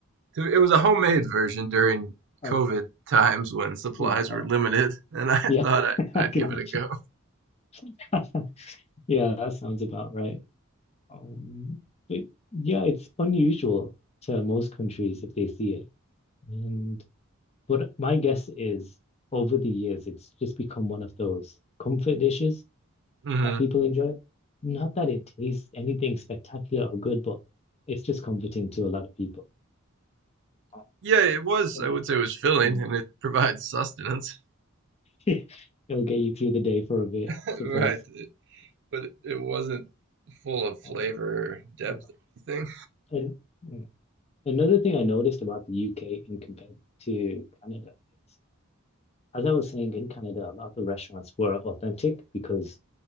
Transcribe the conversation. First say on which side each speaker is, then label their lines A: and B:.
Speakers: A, on the right (about 60°); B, on the left (about 30°).
A: It was a homemade version during
B: okay,
A: COVID times when supplies
B: yeah, uh,
A: were limited, and I <laughs>
B: yeah,
A: thought I'd,
B: <laughs> I
A: I'd
B: can
A: give
B: imagine.
A: it a go.
B: <laughs> Yeah, that sounds about right. Um, but yeah, it's unusual to most countries if they see it. And but my guess is over the years, it's just become one of those comfort dishes
A: hmm
B: that people enjoy. Not that it tastes anything spectacular or good, but it's just comforting to a lot of people. Um,
A: Yeah, it was.
B: So,
A: I would say it was filling,
B: mm,
A: and it provides sustenance.
B: <laughs> it'll get you through the day for a bit,
A: <laughs>
B: I suppose.
A: Right, but it wasn't full of flavor
B: Um,
A: or depth
B: yeah.
A: or anything.
B: And mm, another thing I noticed about the UK in compared to Canada is, as I was saying, in Canada, a lot of the restaurants were authentic because